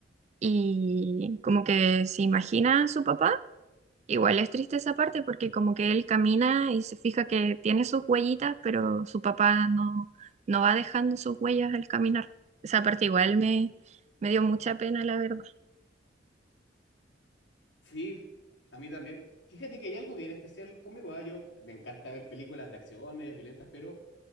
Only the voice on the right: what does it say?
Y como que se imagina a su papá, igual es triste esa parte porque como que él camina y se fija que tiene sus huellitas, pero su papá no, no va dejando sus huellas al caminar. Esa parte igual me, me dio mucha pena, la verdad.